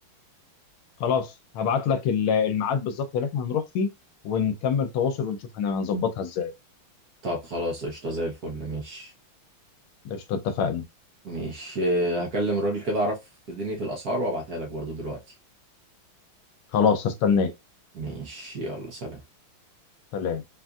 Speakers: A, on the left; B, on the right.
A: خلاص هبعت لك ال- الميعاد بالظبط اللي احنا هنروح فيه ونكمل تواصل ونشوف هن- هنظبطها ازاي
B: طب خلاص قشطة زي الفل مش
A: ده قشطة، اتفقنا
B: مش هكلم الراجل كده اعرف دنيا الاسعار وابعتها لك برضو دلوقتي
A: خلاص هستناك
B: مش يلا سلام
A: سلام